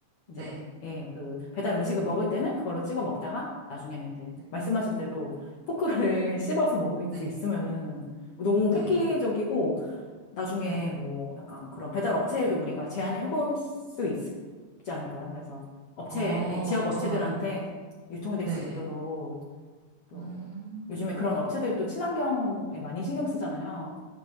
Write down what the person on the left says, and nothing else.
이제 예, 그 배달 음식을 먹을 때는 그걸로 찍어 먹다가 나중에는 이제
말씀하신 대로 포크를 <laughs> 씹어서 먹을 수
있으면은 너무
획기적이고 나중에
뭐 약간 그런 배달 업체에도 우리가 제안을 해볼 수 있- 있지 않을까요? 그래서 업체,
예, 지역 업체들한테
유통될
수 있도록 또
요즘에 그런 업체들 또 친환경에 많이 신경 쓰잖아요.